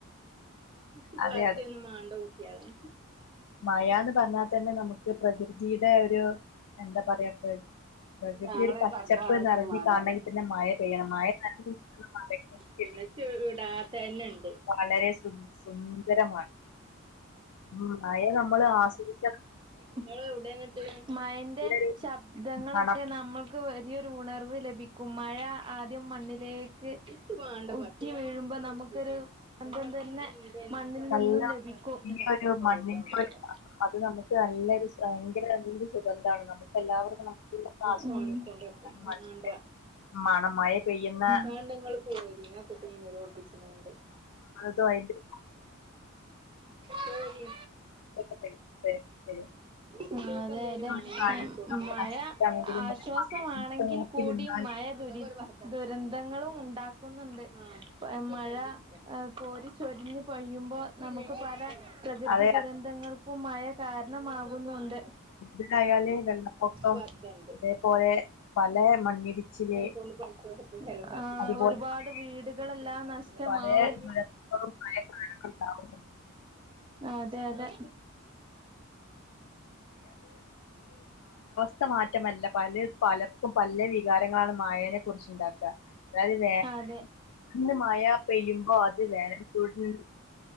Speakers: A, on the right (about 20°); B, on the left (about 85°).
A: ഇക്കി
B: അതെ
A: പർദ്ദയൊന്നും മാണ്ട കുട്ട്യളെ
B: മഴാന്ന് പറഞ്ഞാ തന്നെ നമുക്ക് പ്രകൃതീടെ ഒരു എന്താ പറയാ പ്പത് പ്രകൃതി
A: ആങ്ങളെ
B: ഒരു പച്ചപ്പ്
A: പർദ്ദാണോ വെച്ചിട്ട്
B: നിറഞ്ഞ്
A: മാണ്ടാറിയ
B: കാണെങ്കി തന്നെ മഴ പെയ്യണം മഴ <unintelligible>
A: പിന്ന ച്ടാത്തന്നെ ണ്ട്.
B: വളരെ സു സുന്ദരമാണ് ഉ മഴ നമ്മള് ആസ്വദിക്ക.
A: ങ്ങളെ വ്ടെ ന്നിട്ട് മയന്റെ
B: നല്ലൊരു
A: ശബ്ദങ്ങളൊക്കെ
B: മണം
A: നമ്മൾ ക്ക് വലിയൊരു ഉണർവ് ലഭിക്കും മഴ ആദ്യം മണ്ണിലേക്ക് ഇച്ച് വാണ്ട പർ റ്റി വീഴുമ്പോ നമുക്കൊരു സ്വന്തം തന്നെ.... മണ്ണിൽ
B: നല്ല
A: നിന്നും ലഭിക്കും.
B: ഈ
A: താത്താക്കൊരൂട്ടം
B: ഒരു മണ്ണിന്റെ
A: ണ്ട്
B: ഒരു
A: വടെ
B: മണം അത് നമുക്ക് നല്ലൊരു ശ് ഭയങ്കര നല്ലൊരു സുഗന്ധാണ് നമുക്ക് പ്പല്ലാവർക്കും <unintelligible>
A: ഫോണിൽ കൊണ്ട് വെക്കും വേണ്ട
B: മണം മഴ പെയ്യുന്ന
A: വേണ്ട ഇങ്ങള് പോരി ആ കുട്ടീനെ ഇന്നോട് ഒളിപ്പിച്ചിങ്ങാണ്ട്
B: <unintelligible>
A: ശരി
B: എന്തെങ്കിലും
A: ആഹ് അതെ അതെ. <unintelligible>
B: ഒരു കാര്യത്തിൽ നമ്മൾ
A: മഴ
B: അസ്വസ്ഥാണെങ്കിലും
A: ആശ്വാസമാണെങ്കിൽ
B: ഒരു മഴയൊക്കെ നോക്കി
A: കൂടി
B: നിന്നാല്
A: മ ഴ ദുരി ദുരന്തങ്ങളും ഉണ്ടാക്കുന്നുണ്ട് വേ മഴ ഏ കോരി ചൊരിഞ്ഞ് പെയ്യുമ്പോ നമുക്ക് പല പ്രകൃതി
B: അത്
A: ദുരന്തങ്ങൾക്കും മഴ കാരണമാകുന്നുണ്ട്.
B: <unintelligible> ഒക്കം
A: വർധണ്ട്
B: തേപോലെ പലേ മണ്ണിടിച്ചില്
A: അയിന കൊണ്ടു പഠിക്കോല് ആഹ്
B: അതുപോലെ
A: ഒരുപാട്
B: പല
A: വീടുകളെല്ലാം നഷ്ടമാവും.
B: പല ദുരന്തങ്ങളും <unintelligible>
A: ആഹ്അതെ അതെ.
B: ത്ത മാറ്റമല്ല പല പലർക്കും പല വികാരങ്ങളാണ് മയേനെ കുറിച്ച്ണ്ടാക്ക അതായത്
A: അതെ
B: <unintelligible> ന്ന് മഴ പെയ്യുമ്പോ അത് വേനൽ ചൂടിന്